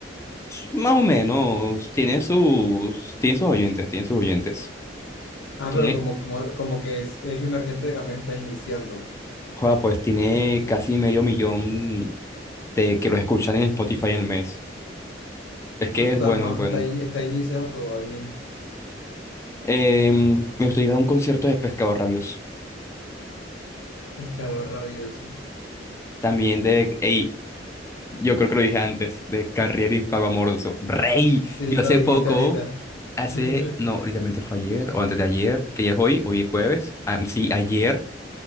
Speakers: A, on the left; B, on the left.
A: más o menos, tiene sus, tiene sus oyentes, tiene sus oyentes.
B: Ah,
A: Tiene,
B: pero como, como, como que es, es emergente de que apenas está iniciando.
A: joda, pues tiene casi medio millón de que los escuchan en Spotify el mes. Es que
B: Por eso
A: es
B: está,
A: bueno,
B: ma-
A: es bueno.
B: está, in- está iniciado, pero va bien.
A: Em, me gustaría ir a un concierto de Pescado Rabioso.
B: Pescador rabioso.
A: También de, ey, yo creo que lo dije antes, de Carriel y Pago Amoroso. ¡Rey!
B: Sí,
A: Yo
B: lo
A: hace
B: dijiste
A: poco,
B: ahorita.
A: hace,
B: <laughs>
A: no, literalmente fue ayer o antes de ayer, que ya es hoy, hoy es jueves. Ah, sí, ayer